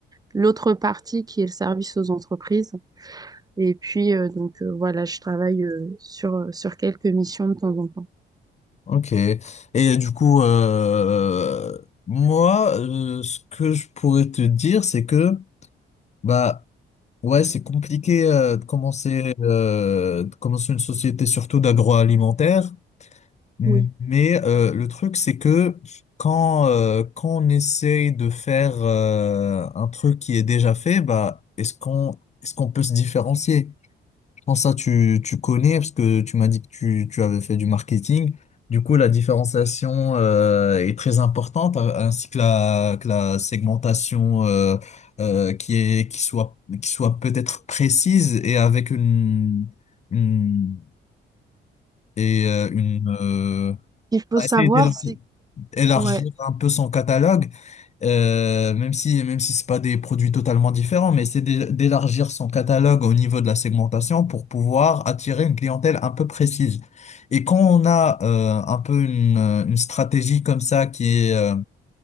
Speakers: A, on the right; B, on the left.
A: l'autre partie qui est le service aux entreprises. Et puis, euh, donc euh, voilà, je travaille euh, sur, sur quelques missions de temps en temps.
B: Ok. Et du coup, euh, moi, euh, ce que je pourrais te dire, c'est que, bah, ouais, c'est compliqué euh, de commencer, euh, de commencer une société, surtout d'agroalimentaire. Mm.
A: Oui.
B: Mais euh, le truc, c'est que quand, euh, quand on essaye de faire euh, un truc qui est déjà fait, bah, est-ce qu'on est-ce qu'on peut se différencier? Je pense que ça, tu, tu connais, parce que tu m'as dit que tu, tu avais fait du marketing. Du coup, la différenciation euh, est très importante, a- ainsi que la, que la segmentation euh, euh, qui est, qui soit, qui soit peut-être précise et avec une, une, et, euh, une euh,
A: Ce qu'il faut
B: on va
A: savoir,
B: essayer d'élargir
A: c'est
B: élargir
A: Ouais.
B: un peu son catalogue, euh, même si même si c'est pas des produits totalement différents, mais c'est d'é- d'élargir son catalogue au niveau de la segmentation pour pouvoir attirer une clientèle un peu précise. Et quand on a euh, un peu une, une stratégie comme ça qui est euh,